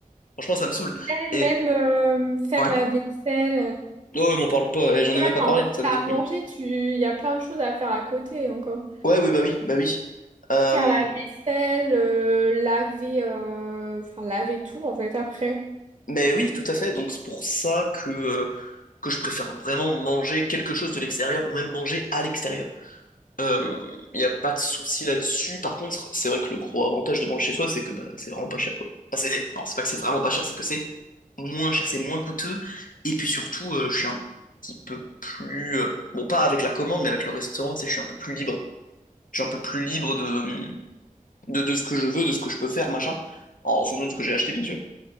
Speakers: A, on the left (about 75°); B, on the right (about 35°).
A: Franchement, ça me saoule.
B: Eh,
A: Et
B: même euh, faire
A: ouais.
B: la vaisselle.
A: Non, ouais, m'en parle pas. Eh, J'en
B: Tu
A: ai
B: vois,
A: même
B: quand
A: pas parlé.
B: tu
A: Ça me
B: as
A: déprime.
B: à manger, tu... il y a plein de choses à faire à côté encore.
A: Ouais, oui, bah oui, bah oui. Euh,
B: Faire la vaisselle, euh, laver, euh, enfin laver tout en fait après.
A: mais oui, tout à fait. Donc c'est pour ça que, euh, que je préfère vraiment manger quelque chose de l'extérieur ou même manger à l'extérieur. Euh, Il n'y a pas de souci là-dessus. Par contre, c'est vrai que le gros avantage de manger chez soi, c'est que bah, c'est vraiment pas cher, quoi. Enfin, c'est- non, c'est pas que c'est vraiment pas cher, c'est que c'est moins cher, c'est moins coûteux. Et puis surtout, euh, je suis un petit peu plus... euh, bon, pas avec la commande, mais avec le restaurant, tu sais, je suis un peu plus libre. Je suis un peu plus libre de, de, de ce que je veux, de ce que je peux faire, machin. En fonction de ce que j'ai acheté, bien sûr.